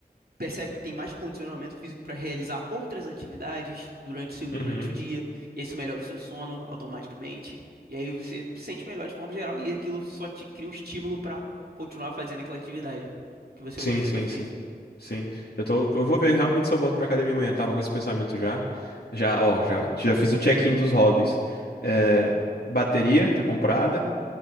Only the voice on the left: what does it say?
Uhum.
Sim,
sim,
sim. Sim. Eu tô, eu vou ver realmente se eu volto pra academia amanhã. tava com esse pensamento já. Já, ó, já, já fiz o check-in dos hobbies. É, bateria tá comprada.